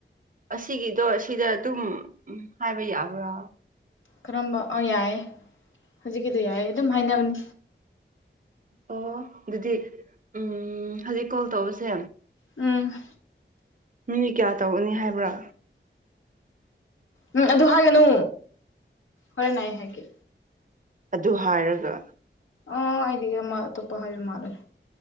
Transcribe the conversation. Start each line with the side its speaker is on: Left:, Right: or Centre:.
Right: ꯑꯁꯤꯒꯤꯗꯣ ꯑꯁꯤꯗ ꯑꯗꯨꯝ ꯍꯥꯏꯕ ꯌꯥꯕ꯭ꯔꯥ
Left: ꯀꯔꯝꯕ ꯑꫭ ꯌꯥꯏ ꯍꯧꯖꯤꯛꯀꯤꯗꯨ ꯌꯥꯏꯌꯦ ꯑꯗꯨꯝ ꯍꯥꯏꯅꯕꯅꯤ
Right: ꯑꯣ ꯑꯗꯨꯗꯤ ꯎꯝ ꯍꯧꯖꯤꯛ ꯀꯣꯜ ꯇꯧꯕꯁꯦ
Left: ꯎꯝ
Right: ꯃꯤꯅꯤꯠ ꯀꯌꯥ ꯇꯧꯒꯅꯤ ꯍꯥꯏꯕ꯭ꯔꯥ
Left: ꯎꯝ ꯑꯗꯨ ꯍꯥꯏꯒꯅꯨ ꯍꯣꯔꯦꯟ ꯑꯩ ꯍꯥꯏꯒꯦ
Right: ꯑꯗꯨ ꯍꯥꯏꯔꯒ
Left: ꯑꯣ ꯑꯩꯗꯤ ꯑꯃ ꯑꯇꯣꯞꯄ ꯍꯥꯏꯕ ꯃꯥꯜꯂꯨꯔꯦ